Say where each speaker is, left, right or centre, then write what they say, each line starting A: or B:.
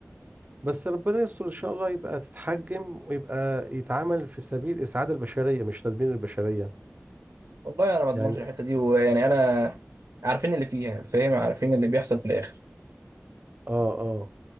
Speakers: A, on the right; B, on the right.
A: بس ربنا يستر ان شاء الله يبقى تتحجم ويبقى يتعامل في سبيل اسعاد البشرية مش تدمير البشرية
B: والله انا ما اضمنش
A: يعني
B: الحته دي ويعني انا عارفين اللي فيها فاهم عارفين اللي بيحصل في الاخر
A: اه اه